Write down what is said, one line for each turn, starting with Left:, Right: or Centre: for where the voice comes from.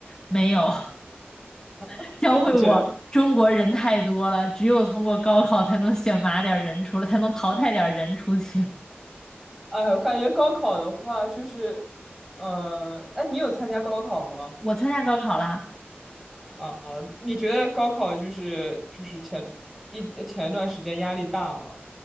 Left: 没有 <laughs>
Centre: <laughs>
Left: 教会我中国人太多了，
Centre: 我也觉得，
Left: 只有通过高考才能选拔点儿人出来，才能淘汰点儿人出去。
Centre: 哎，我感觉高考的话，就是，呃，哎，你有参加高考吗？
Left: 我参加高考啦。
Centre: 啊，你觉得高考就是就是前一前一段时间压力大吗？